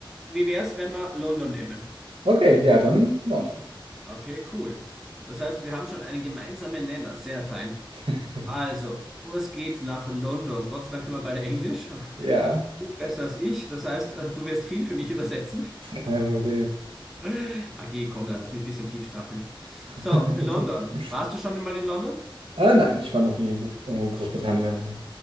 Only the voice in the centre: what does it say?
Wie wäre es, wenn wir London nehmen?
Okay, cool. Das heißt, wir haben schon einen gemeinsamen Nenner. Sehr fein.
Also, es geht nach London. Gott sei Dank können wir beide Englisch. <laughs>
Du besser als ich. Das heißt, äh, du wirst viel für mich übersetzen.
<laughs> AG, komm, lass mich ein bisschen tief stapeln.
So, für London. Warst du schon einmal in London?